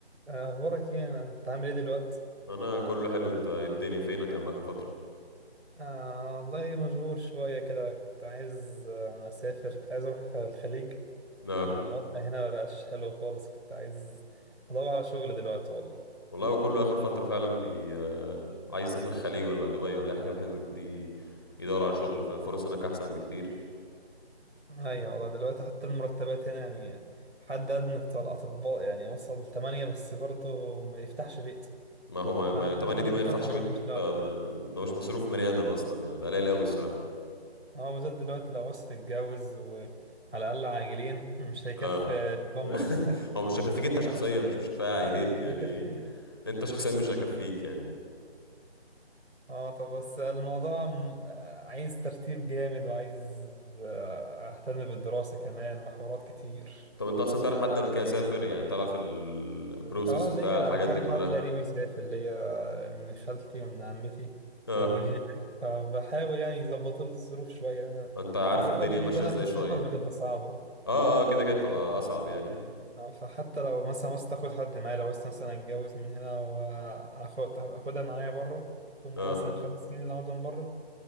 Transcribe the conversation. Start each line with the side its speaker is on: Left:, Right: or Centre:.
Right: أخبارك إيه؟ أنا- أنت عامل إيه دلوقتي؟
Left: انا كله حلو انت ايه الدنيا فينك يا عم اخر فتره
Right: آه والله مشغول شوية كده كنت عايز آه، أسافر كنت عايز أروح الخليج
Left: لا
Right: الوضع هنا مبقاش حلو خالص كنت عايز أدور على شغل دلوقتي والله
Left: والله هو كله اخر فتره فعلا بي آه، عايز يسافر خليج ولا دبي ولا اي حاجه من الحتت دي يدور على شغل فالفرص هناك احسن بكتير
Right: أيوة والله دلوقتي حتى المرتبات هنا يعني حد أدنى بتاع الأطباء يعني وصل تمانية بس برضه ما يفتحش بيت
Left: ما هو ما,
Right: فالواحد
Left: ما... طبعا دي
Right: بيفكر
Left: ما يفتحش
Right: يروح
Left: بيت
Right: يشتغل
Left: آه،
Right: بره
Left: ما... ده مش مصروف بني ادم اصلا يعني ده قليل قوي الصراحه
Right: هو بالذات دلوقتي لو عوزت تتجوز وعلى الأقل عاجلين مش هيكفي
Left: اه
Right: البامبرز
Left: <laughs>
Right: بتاعها
Left: هو مش هيكفيك انت شخصيا مش مش كفايه عائلين
Right: اه مش
Left: يعني
Right: هيكفي
Left: إيه؟ انت شخصيا مش هيكفيك يعني
Right: اه طب بس الموضوع م- آه، عايز ترتيب جامد وعايز آه، اهتم بالدراسة كمان وحوارات كتير
Left: طب انت اصلا تعرف حد قبل كده سافر يعني تعرف البروسيس
Right: اه ليا
Left: بتاع الحاجات
Right: كام
Left: دي كلها
Right: حد قريبي يسافر ليا من خالتي ومن عمتي
Left: اه
Right: موجودين هناك فبحاول يعني يظبطوا لي الظروف شوية انا
Left: فانت عارف
Right: بالذات
Left: الدنيا
Right: اول
Left: ماشيه
Right: سنة
Left: ازاي
Right: في السفر
Left: شويه
Right: بتبقى صعبة
Left: اه اه كده كده بتبقى اصعب يعني
Right: اه فحتى لو مثلا عاوزت اخد حد معايا لو عاوزت مثلا اتجوز من هنا واخد اخدها معايا بره تكون معايا
Left: اه
Right: مثلا خمس سنين اللي اقعدهم بره